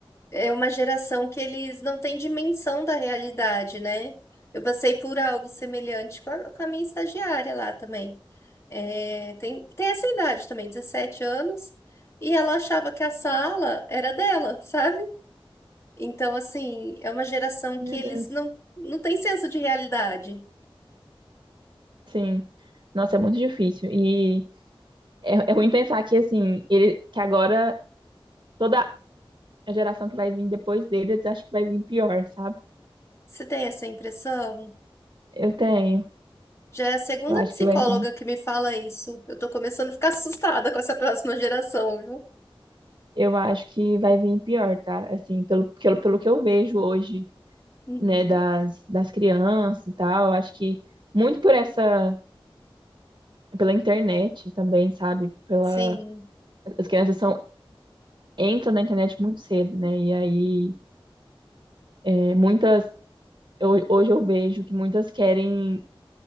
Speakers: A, on the left (about 30°); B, on the right (about 55°).
A: é uma geração que eles não têm dimensão da realidade, né? Eu passei por algo semelhante com a, com a minha estagiária lá também. É, tem, tem essa idade também, 17 anos, e ela achava que a sala era dela, <laughs> sabe? Então, assim, é uma geração
B: Meu
A: que eles
B: Deus.
A: não, não têm senso de realidade.
B: Sim. Nossa, é muito difícil. E é, é ruim pensar que, assim, ele, que agora toda a geração que vai vir depois deles, acho que vai vir pior, sabe?
A: Você tem essa impressão?
B: Eu tenho.
A: Já é a segunda
B: Eu acho
A: psicóloga
B: que vai vir.
A: que me fala isso. Eu tô começando a ficar <laughs> assustada com essa próxima geração, viu?
B: Eu acho que vai vir pior, tá? Assim, pelo, pelo, pelo que eu vejo hoje
A: Uhum.
B: né, das, das crianças e tal. Acho que muito por essa, pela internet também, sabe? Pela,
A: Sim.
B: as crianças são, entram na internet muito cedo, né? E aí, é, muitas, eu- hoje eu vejo que muitas querem,